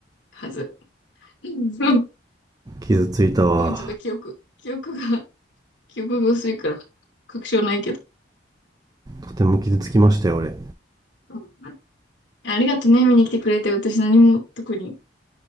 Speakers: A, on the left (about 80°); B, on the right (about 20°).
A: はず。うん <laughs>
B: 傷ついたわ
A: ごめん、ちょっと記憶、記憶が、<laughs> 記憶が薄いから、確証ないけど。
B: とても傷つきましたよ俺
A: うんありがとね、見に来てくれて。私何も特に